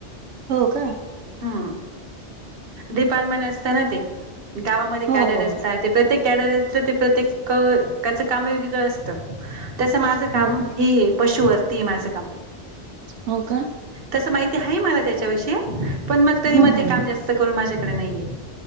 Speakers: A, on the right (about 80°); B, on the right (about 55°).
A: हो का?
B: हम्म. डिपार्टमेंट असत ना ते. गावामध्ये
A: हो
B: कॅडर
A: हो
B: असता. ते प्रत्येक <unintelligible> ते प्रत्येकच त्याच काम वेगळं वेगळं असत, तसं माझं
A: हो
B: काम
A: हो का
B: ही ए. पशुवर्तीये माझं काम.
A: हो का?
B: तस माहिती आहे मला त्याच्याविषयी, पण म तरी
A: ह हा.
B: मग ते काम जास्त करून माझ्याकडे नाहीये.